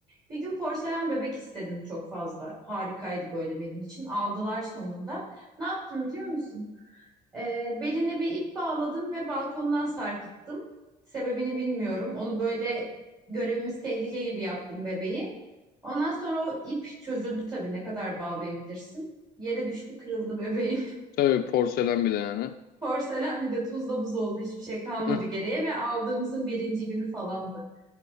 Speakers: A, on the right; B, on the left.
A: Bir gün porselen bebek istedim çok fazla. Harikaydı böyle benim için. Aldılar sonunda. Ne yaptım biliyor musun? Ee, beline bir ip bağladım ve balkondan sarkıttım. Sebebini bilmiyorum. Onu böyle görevimiz tehlike gibi yaptım bebeği. Ondan sonra o ip çözüldü tabii. Ne kadar bağlayabilirsin? Yere düştü, kırıldı bebeğim.
B: Tabii porselen bile yani.
A: <laughs>
B: <laughs>
A: Porselen bir de tuzla buz oldu. Hiçbir şey kalmadı
B: Eh,
A: geriye ve aldığımızın birinci günü falandı.